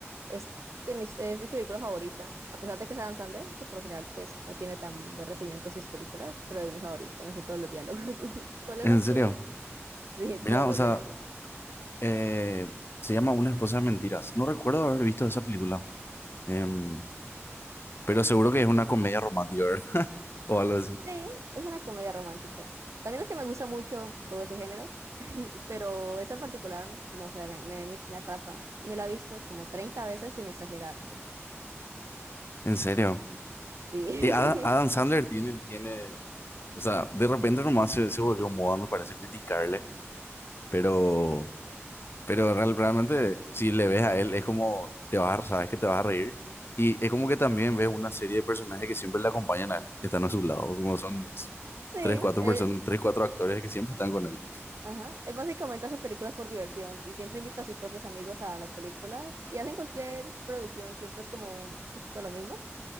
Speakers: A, on the right; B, on the left.
A: es de mis, es mi película favorita, a pesar de que es Adam Sandler, que por lo general pues no tiene tan buen recibimiento sus películas, pero es mi favorita, y me sé todos los diálogos. <laughs> ¿Cuál es
B: En
A: la tuya?
B: serio.
A: Sí,
B: Mira,
A: todos
B: o
A: los
B: sea,
A: diálogos.
B: eh, se llama Una esposa de mentiras. No recuerdo haber visto esa película. Em, pero seguro que es una comedia romántica, ¿verdad? <laughs> O algo así.
A: Sí, es una comedia romántica. También es que me gusta mucho todo ese género, <laughs> pero esa en particular, no sé, me, me, me- me atrapa. Me la he visto como 30 veces sin exagerarte.
B: En serio.
A: Sí.
B: Y Adam, Adam
A: <laughs>
B: Sandler tiene, tiene. O sea, de repente nomás se, se volvió moda, me parece, criticarle. Pero.
A: Sí.
B: Pero real- realmente, si le ves a él, es como te vas a, sabes que te vas a reír. Y es como que también ves una serie de personajes que siempre le acompañan a él, están a su lado, como son s-
A: Sí,
B: tres, cuatro
A: eh,
B: personas, tres, cuatro actores que siempre están con él.
A: Ajá, él básicamente hace películas por diversión y siempre invita a sus propios amigos a las películas y hacen cualquier producción, siempre es como un poquito lo mismo,